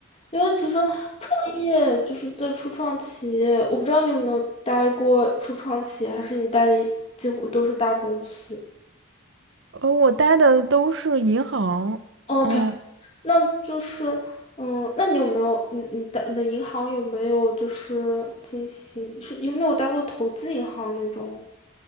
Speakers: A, on the left; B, on the right.
A: 因为其实创业就是在初创企业，我不知道你有没有待过初创企业，还是你待的一几乎都是大公司。
B: 呃，我待的都是银行，
A: 哦，
B: 嗯。
A: k 那就是，嗯，那你有没有，你你的你的银行有没有就是进行，是有没有打入投资银行那种？